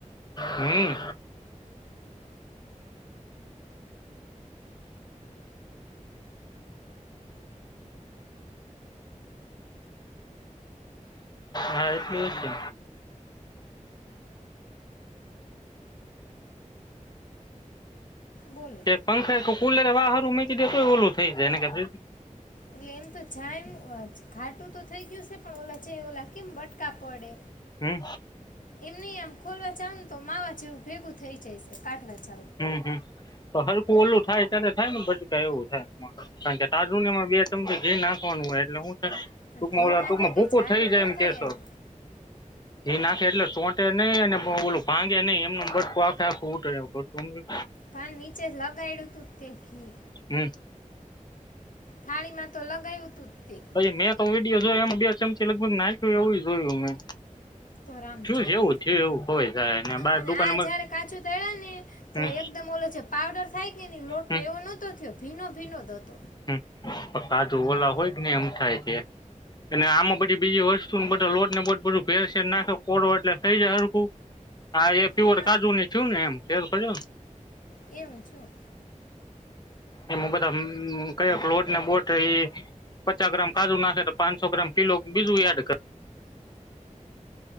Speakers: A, on the left; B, on the left.
A: હમ્મ. હા, એટલું એ છે.
B: બોલો
A: તે પંખે <unintelligible> પુલ વાહર ઉમેકી દે તો એ ઓલું થઈ જાયને કે <unintelligible>
B: એટલે એમ તો જાયમ ખાટું તો થઈ ગયું છે, પણ ઓલા જે ઓલા કેમ બટકા પડે
A: હમ
B: એમ નહીં આમ ખોલવા જાવ તો માવા જેવું ભેગું થઈ જાય સે કાઢવા જા
A: હમ, હમ. તો હલકું ઓલું થાય ત્યારે થાય ને બટકા એવું થાય. કારણ કે તારનું ને એમાં બે ચમકી ઘી નાખવાનું હોય એટલે હું છે ટૂંકમાં
B: પણ ઘી
A: ઓલા,
B: નાખે
A: ટૂંકમાં
B: કે
A: ભૂકું
B: જાડું
A: થઈ જાય
B: ન
A: એમ
B: થાય
A: કેશો.
B: એને
A: એ નાખે એટલે ચોંટે નહીં, અને ઓલું ભાંગે નહીં, એમનેમ બટકું આખેઆખું ઉતરે <unintelligible> તમ
B: પણ નીચે લગાયડુતું તું જ તે ઘી.
A: હમ.
B: થાળીમાં તો લગાયવું તું જ. તે
A: ભાઈ, મેં તો એમાં બે ચમચી લગભગ નાખ્યું એવું ય જોયું મેં.
B: તો રામ
A: થયું
B: જાણ.
A: જેવું થયું એવું હોય જાય ને બાર
B: અને
A: દુકાને
B: આ જયારે કાજુ તયળાને, તો
A: હમ
B: એકદમ ઓલો જે પાવડર થાય કે ની લોટ
A: હમ
B: નો, એવો નહતો થ્યો. ભીનો ભીનો હતો.
A: હમ કાજુ ઓલા હોય કેને એમ થાય છે. અને આમાં બધી બીજી વસ્તુ બધા લોટ ને બ બધું ભેરસેેર નાખે કોડો એટલે થઈ જાય હરખું હા એ પ્યોર
B: આમાં
A: કાજુની, થ્યું ને એમ. <unintelligible>
B: એવું થ્યું.
A: એમા બધા મ કયોક લોટ ને બોટ, એ પચા ગ્રામ કાજુ નાખે તો પાંચસો ગ્રામ કિલો બીજું એડ કર